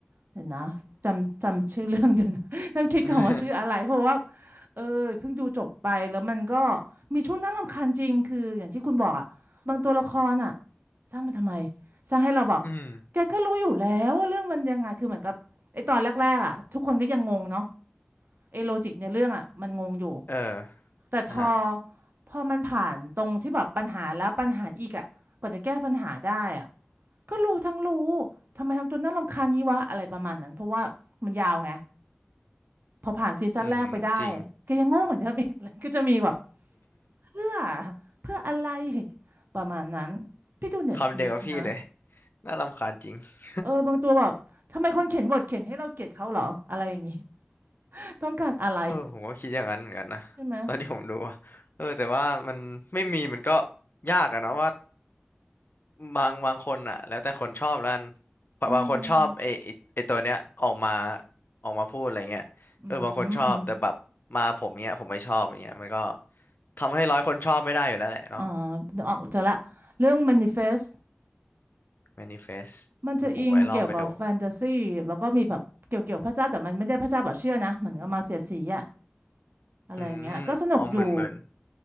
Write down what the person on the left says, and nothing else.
<laughs>
อืม
เออ
อ่ะฮะ
อืมจริง <laughs>
คำเดียวกับพี่เลย น่ารำคาญจริง <laughs>
เออผมก็คิดอย่างนั้นเหมือนกันนะ
ตอนที่ผมดูอะเออแต่ว่ามันไม่มีมันก็ยากอะเนาะว่า บางบางคนอ่ะแล้วแต่คนชอบแล้วกัน
บางคนชอบไอไอ้ไอตัวเนี้ยออกมาออกมาพูดอะไรเงี้ยเออบางคนชอบแต่แบบมาผมเนี้ยผมไม่ชอบอย่างเงี้ยมันก็
ทำให้ร้อยคนชอบไม่ได้อยู่แล้วแหละเนาะ
manifest
เดี๋ยวผมไว้ลองไปดู
อืมอ๋อเหมือนเหมือน